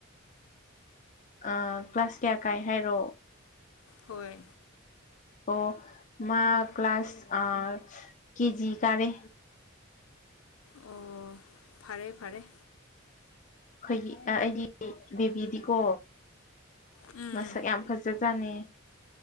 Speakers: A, on the left; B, on the left.
A: ꯑꯥ ꯀ꯭ꯂꯥꯁ ꯀꯌꯥ ꯀꯥꯏ ꯍꯥꯏꯔꯣ
B: ꯍꯣꯏ
A: ꯑꯣ ꯃꯥ ꯀ꯭ꯂꯥꯁ ꯑ ꯀꯦꯖꯤ ꯀꯥꯔꯦ
B: ꯑꯣ ꯐꯔꯦ ꯐꯔꯦ
A: ꯑꯩꯈꯣꯏꯒꯤ ꯑꯩꯗꯤ ꯕꯦꯕꯤꯗꯤꯀꯣ
B: ꯎꯝ
A: ꯃꯁꯛ ꯌꯥꯝ ꯐꯖꯖꯥꯅ